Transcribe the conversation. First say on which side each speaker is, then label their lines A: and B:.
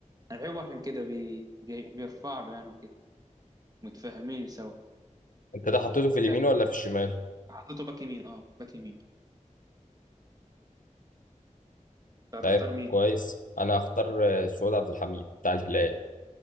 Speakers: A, on the right; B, on the left.
A: انا بحبه عشان كده بي... بي- بيرفع له يعني وكده متفاهمين سوا
B: انت ده حطيته في اليمين
A: آه،
B: ولا في الشمال
A: حطيته باك يمين اه باك يمين انت
B: طيب
A: هتختار مين
B: كويس انا هختار آه، سعود عبد الحميد بتاع الهلال